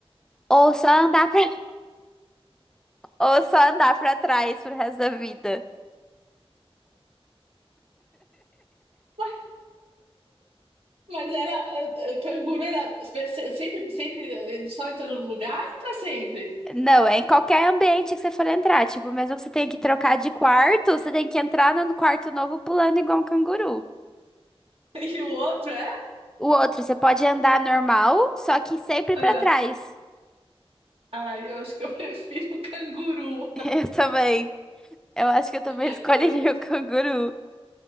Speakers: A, in the centre; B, on the right (about 70°).
A: ou só andar pra, <laughs> ou só andar pra trás pro resto da vida?
B: Ué, mas era. eh, eh, Canguru era. se- Sempre, sempre eh, só entrando no lugar ou pra sempre?
A: Não, é em qualquer ambiente que você for entrar, tipo, mesmo que você tenha que trocar de quarto, você tem que entrar no quarto novo pulando igual um canguru.
B: <laughs> E o outro é?
A: O outro, você pode andar normal, só que sempre
B: Ah,
A: pra trás.
B: aí eu acho que eu <laughs> prefiro o canguru.
A: <laughs> Eu também. Eu acho que eu também
B: <laughs>
A: <laughs> escolheria o canguru.